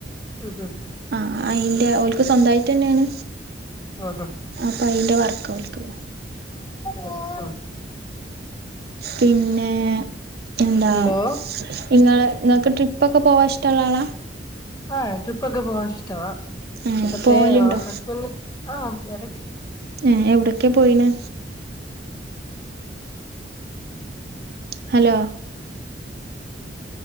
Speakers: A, on the left; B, on the right.
A: ഉം ഉം
B: ആഹ അയിന്റെ ഓല്ക്ക് സ്വന്തയിട്ട് ന്നെയാണ്.
A: ആ
B: അപ്പൊ അയിന്റെ വർക്ക് ഓല്ക്കു.
A: ആ
B: പിന്നെ എന്താ
A: എന്തോ
B: നിങ്ങൾ നിങ്ങൾക്ക് ട്രിപ്പ ഒക്കെ പോവാൻ ഇഷ്ടമുള്ള ആളാ
A: ആഹ ട്രിപ്പകെ പോവാൻ ഇഷ്ടാ
B: ഏ
A: പക്ഷെ
B: പോവലുണ്ടോ
A: ഹസ്ബെൻന് ആഹ എടക്ക്
B: ഏ എവിടൊക്കെ പോയിന് ഹലോ